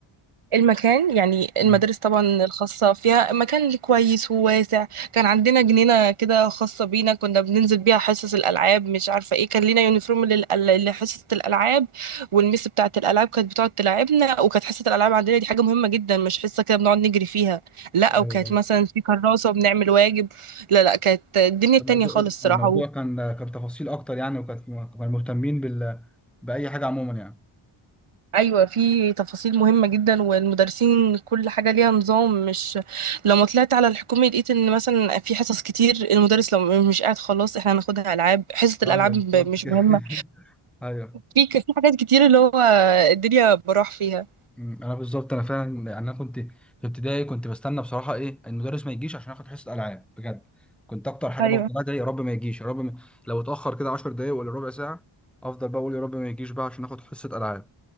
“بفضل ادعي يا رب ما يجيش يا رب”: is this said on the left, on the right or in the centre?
Centre